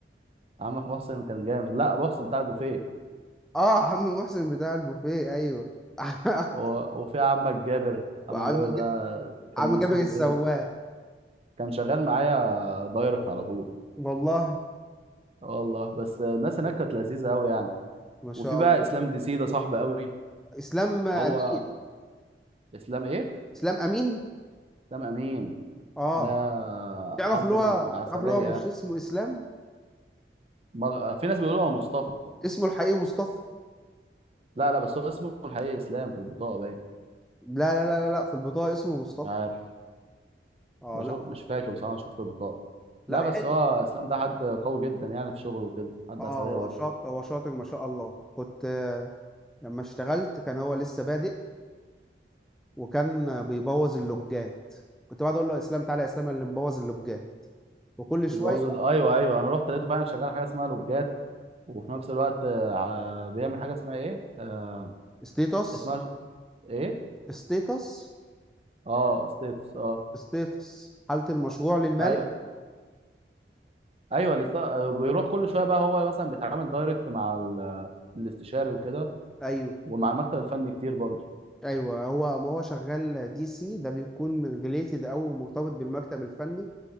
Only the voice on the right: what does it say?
عمك محسن كان جامد لا محسن بتاع البوفيه
و- وفي عمك جابر عمك
جابر ده
كان
بيسوق
كده كان شغال معايا دايركت على طول
آه والله بس الناس هناك كانت لذيذة قوي يعني
وفي بقى
اسلام ديسي ده صاحبي قوي
هو اسلام ايه
اسلام امين
ده
حد
كان
عسلية
ما- في ناس بيقولوا هو مصطفى
لا لا بس هو اسمه الحقيقي اسلام في البطاقة باين
مش عارف
بشوف
مش فاكر بس انا شفت البطاقة
لا بس
هو اسلام ده حد قوي جدا يعني في شغله وكده حد
عسلية
برضه
بيبوظ
ال- ايوه ايوه انا رحت لقيته فعلا شغال حاجة اسمها لوجات وفي نفس الوقت آه، ع- بيعمل حاجة اسمها ايه آه
اسمها ش- ايه
اه ستيتس اه
ايوه ايوه الاست- آه، بيروح كل شويه بقى هو مثلا بيتعامل دايركت مع ال- الاستشاري وكده
ومع المكتب الفني كتير برضه